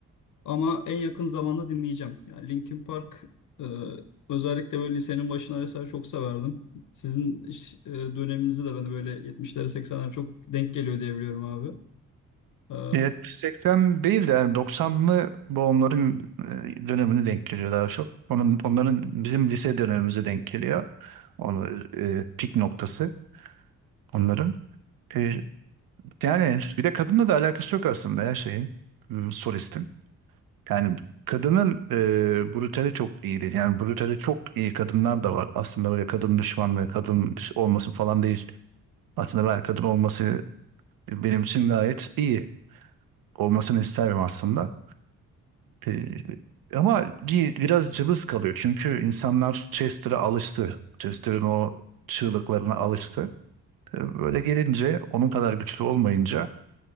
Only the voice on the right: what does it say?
Evet, 80 değil de yani 90'lı bu onların e, dönemini denk geliyor daha çok. Onun, onların bizim lise dönemimize denk geliyor. Onu e, pik noktası onların. E, yani bir de kadınla da alakası yok aslında her şeyin. Hmm, solistin. Yani kadının e, brutali çok iyi Yani brutali çok iyi kadınlar da var. Aslında böyle kadın düşmanlığı, kadın olması falan değil. Aslında ben kadın olması benim için gayet iyi. Olmasını isterim aslında. E, ama bir, biraz cılız kalıyor. Çünkü insanlar Chester'a alıştı. Chester'ın o çığlıklarına alıştı. E, böyle gelince onun kadar güçlü olmayınca